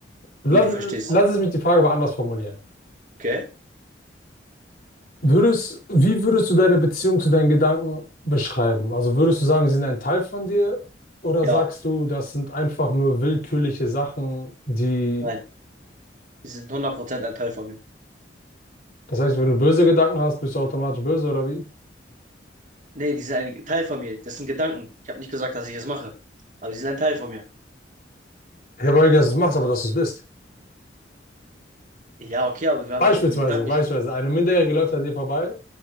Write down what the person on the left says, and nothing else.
Lass,
lass es mich die Frage mal anders formulieren.
Würdest, wie würdest du deine Beziehung zu deinen Gedanken beschreiben? Also würdest du sagen, sie sind ein Teil von dir oder
sagst du, das sind einfach nur willkürliche Sachen, die,
das heißt, wenn du böse Gedanken hast, bist du automatisch böse oder wie?
Ich habe nicht, dass du es machst, aber dass du es bist.
Beispielsweise,
beispielsweise,
eine Minderjährige läuft an dir vorbei,